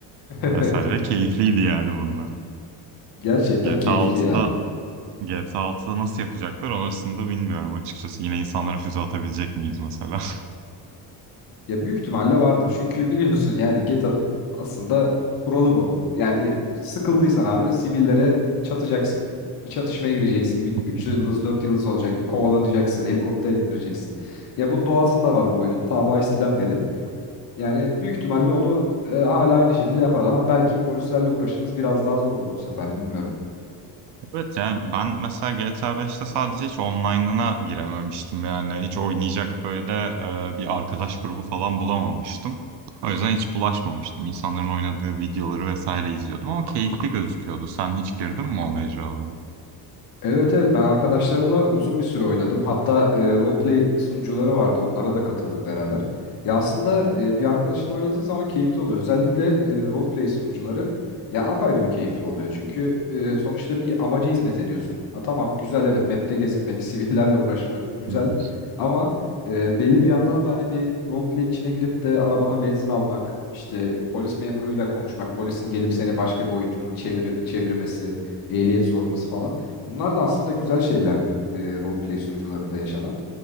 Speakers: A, on the left (about 50°); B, on the right (about 60°).
A: <laughs>
B: vesaire. Keyifliydi yani bunlar.
A: Gerçekten
B: GTA
A: keyifli
B: 6'da
A: ya.
B: GTA 6'da nasıl yapacaklar orasını da bilmiyorum açıkçası. Yine insanlara füze atabilecek miyiz mesela?
A: Ya büyük ihtimalle vardır. Çünkü biliyorsun yani Geta'nın aslında kuralı bu. Yani sıkıldıysan abi sivillere çatacaksın. Bir çatışmaya gireceksin. Bir
B: <laughs>
A: 3 yıldız 4 yıldız olacak. Bir kovalanacaksın. Helikopter indireceksin. Ya bunun doğasında var bu oyunun. Ta Vice City'den beri. Yani büyük ihtimalle onu e, hala aynı şekilde yapar ama belki polislerle uğraşımız biraz daha zor olur bu sefer bilmiyorum.
B: Evet yani ben mesela GTA 5'te sadece hiç online'ına girememiştim. Yani hiç oynayacak böyle e, bir arkadaş grubu falan bulamamıştım. O yüzden hiç bulaşmamıştım. İnsanların oynadığı videoları vesaire izliyordum ama keyifli gözüküyordu. Sen hiç girdin mi o mecralara?
A: Evet evet ben arkadaşlarımla uzun bir süre oynadım. Hatta e, roleplay sunucuları vardı. Onlara da katıldık beraber. Ya aslında e, bir arkadaşın oynadığı zaman keyifli oluyor. Özellikle e, roleplay sunucuları ya apayrı bir keyifli oluyor. Çünkü e, sonuçta bir amaca hizmet ediyorsun. Ha tamam güzel evet map'te gezinmek, <laughs> sivillerle uğraşmak güzel.
B: Hmm.
A: Ama e, belli bir yandan da hani bir roleplay'in içine girip de arabana benzin almak, işte polis memuruyla konuşmak, polisin gelip seni başka bir oyuncunun çeviri, çevirmesi, ehliyet sorması falan. Bunlar da aslında güzel şeyler e, roleplay sunucularında yaşanan.